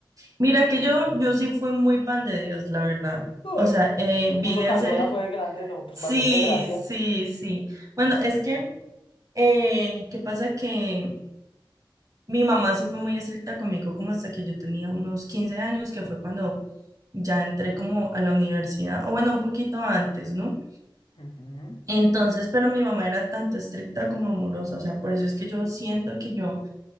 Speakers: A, on the right; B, on the left.
A: Mira que yo, yo sí fui muy pan de Dios, la verdad.
B: Ay,
A: O sea, eh,
B: me puso
A: vine
B: canzona,
A: a ser...
B: fue de grande, no, pues
A: Sí,
B: valiente gracia.
A: sí, sí. Bueno, es que, eh, ¿qué pasa? Que mi mamá sí fue muy estricta conmigo como hasta que yo tenía unos 15 años, que fue cuando ya entré como a la universidad, o bueno, un poquito antes, ¿no?
B: Ujú.
A: Entonces, pero mi mamá era tanto estricta como amorosa, o sea, por eso es que yo siento que yo